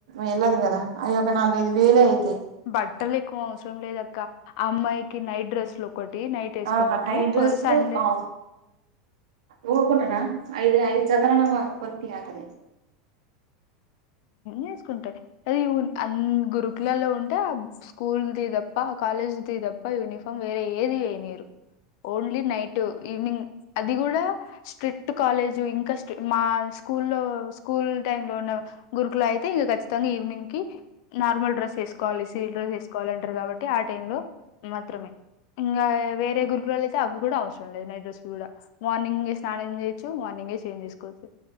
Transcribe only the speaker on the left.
బట్టలు ఎక్కువ అవసరం లేదక్క అమ్మాయికి నైట్ డ్రెస్లు ఒకటి నైట్ వేసుకోనికి
సండే
చేసుకుంటాయి అది అ గురుకులలో ఉంటే ఆ స్కూల్ది తప్ప కాలేజ్ దదప్ప యూనిఫార్మ్ వేరే ఏదినిరు ఓన్లీ నైట్ ఈవనింగ్ అది కూడా స్ట్రిక్ట్ కాలేజు ఇంకా స్ట మా స్కూ లో స్కూల్ టై లో ఉన్న గురుకులు అయితే ఇంకా చ్చితంగా ఈవినింగ్ కి నార్మల్ డ్రస్ వేసుకోాలి సివిల్ డ్రెస్ వేసువాలంటారు కాబట్టి ఆ లో మాత్రమే ఇంకా వేరే గురుకుల అయితే అవి కూడా అవసరం లేదు డ్రెస్లు కూడా మార్నింగే స్నానం చేయొచ్చు మార్నింగే చేంజ్ చేసుకోవచ్చు